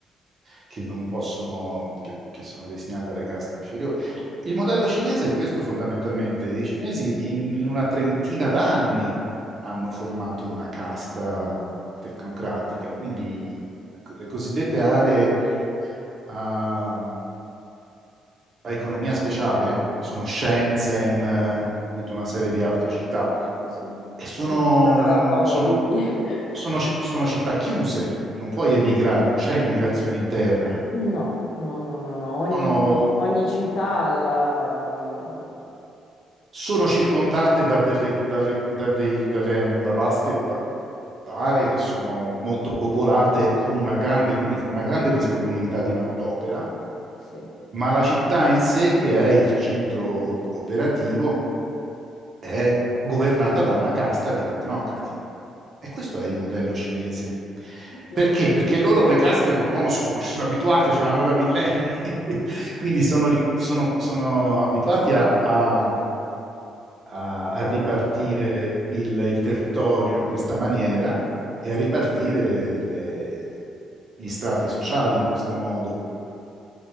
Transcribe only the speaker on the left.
Sì, sì.
Sono
da poco,
quindi. <laughs>
No, no, no, no, no. Ogni,
ogni città ha la...
Sì.
Sì.
Non so.